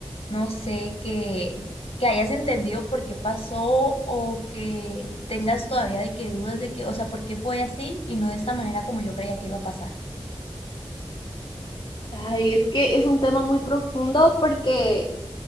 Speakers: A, on the left (about 85°); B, on the left (about 50°).
A: no sé, que, que hayas entendido por qué pasó o que tengas todavía de que dudas de que, o sea, por qué fue así y no de esta manera como yo creía que iba a pasar.
B: Ay, es que es un tema muy profundo porque